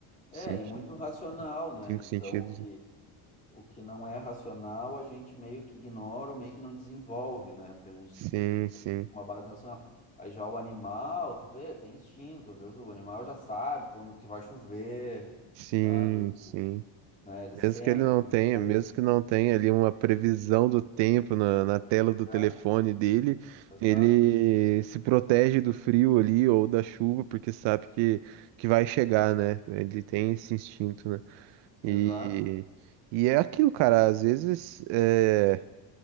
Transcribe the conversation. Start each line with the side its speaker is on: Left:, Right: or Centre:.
Left: É,
Right: senti-
Left: e muito racional, né?
Right: cinco
Left: Então,
Right: sentidos.
Left: o que, o que não é racional, a gente meio que ignora ou meio que não desenvolve, né? Porque a gente
Right: Sim, sim,
Left: uma base racional. Aí já o animal, tu vê, tem instinto. Às vezes o animal já sabe quando que vai chover,
Right: sim,
Left: sabe?
Right: sim.
Left: O- né? Eles sentem
Right: Mesmo que ele não tenha,
Left: coisa.
Right: mesmo que não tenha ali uma previsão do tempo na, na tela do telefone
Left: É,
Right: dele,
Left: exato,
Right: ele se protege do frio ali ou da chuva, porque sabe que, que vai chegar, né? Ele tem esse instinto, né? E,
Left: exato.
Right: e é aquilo, cara. Às vezes é.